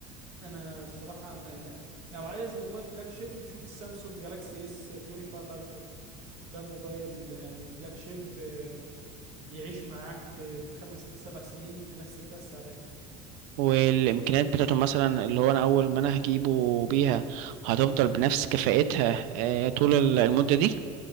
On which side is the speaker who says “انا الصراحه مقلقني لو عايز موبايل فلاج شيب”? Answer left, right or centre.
Right